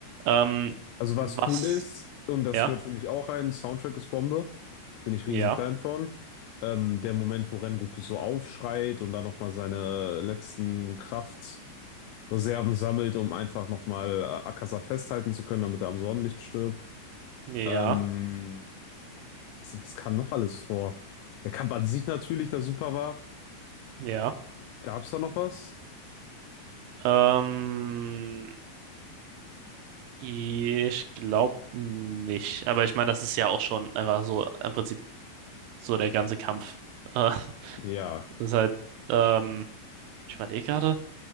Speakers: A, on the right; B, on the left.
A: Ähm,
B: also was
A: was?
B: cool ist, und das
A: Ja,
B: gehört für mich auch rein, Soundtrack ist Bombe. bin ich
A: ja,
B: riesen Fan von. Ähm, der Moment, wo Rengoku so aufschreit und dann nochmal seine letzten Kraftreserven sammelt, um einfach nochmal äh, Akaza festhalten zu können, damit er am Sonnenlicht stirbt.
A: ja,
B: Ähm, was was kam noch alles vor? Der Kampf an sich natürlich, der super war.
A: ja.
B: Gab es da noch was?
A: Ähm, ich glaube nicht. Aber ich meine, das ist ja auch schon einfach so im Prinzip so der ganze Kampf. <laughs> Äh,
B: Ja.
A: das ist halt, ähm, ich überlege gerade,